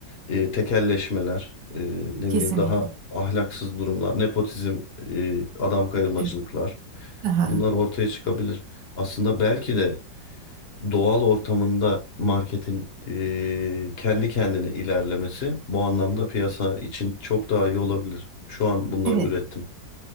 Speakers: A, on the left; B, on the right.
A: e, tekelleşmeler, e, ne
B: kesinlikle.
A: bileyim daha ahlaksız durumlar, nepotizm, e, adam kayırmacılıklar
B: Evet. Aha.
A: bunlar ortaya çıkabilir. Aslında belki de doğal ortamında marketin e, kendi kendine ilerlemesi bu anlamda piyasa için çok daha iyi olabilir. Şu an bunları
B: Evet.
A: ürettim.